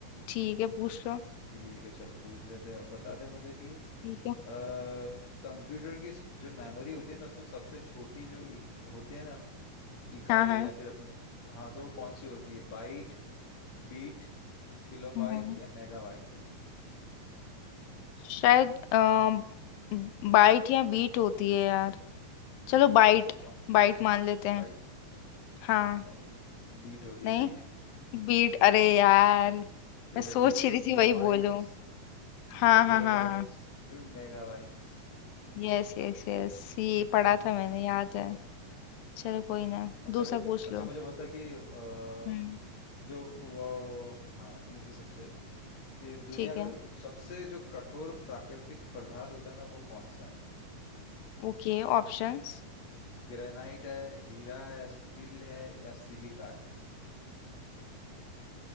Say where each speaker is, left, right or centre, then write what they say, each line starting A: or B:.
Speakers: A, on the left (about 85°); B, on the left (about 50°).
A: ठीक है पूछ लो
B: ठीक है चलो पूछ लेते हैं अब बता दे मुझे कि
A: ठीक है
B: कंप्यूटर की स- जो मेमोरी होती है ना उसमें सबसे छोटी जो इक, होते हैं ना इकाई
A: हाँ हाँ
B: या फिर अपने हाँ तो वो कौन सी होती है बाइट बीट किलोबाइट
A: हम्म
B: या मेगाबाइट
A: शायद अम, बाइट या बीट होती है यार चलो बाइट
B: कौन
A: बाइट मान लेते हैं
B: बाइट
A: हाँ
B: नहीं बीट होती
A: नहीं
B: है बीट
A: बीट अरे यार मैं
B: पहले
A: सोच
B: बीट्स
A: ही रही थी
B: फिर
A: वही
B: बाइट्स
A: बोलूं हाँ
B: फिर किलो
A: हाँ हाँ
B: बाइट्स
A: हाँ।
B: फिर मेगा बाइट्स
A: यस यस यस ये पढ़ा
B: हम्म
A: था मैंने याद है चलो कोई ना
B: अच्छा
A: दूसरा
B: बुझ-
A: पूछ
B: अच्छा
A: लो
B: मुझे बता कि अ,
A: हम्म
B: जो वो हाँ इजी सबसे ये दुनिया
A: ठीक है
B: का सबसे जो कठोर प्राकृतिक पदार्थ होता है ना वो कौन सा है
A: Okay options
B: ग्रेनाइट है हीरा है स्टील है या सिलिका है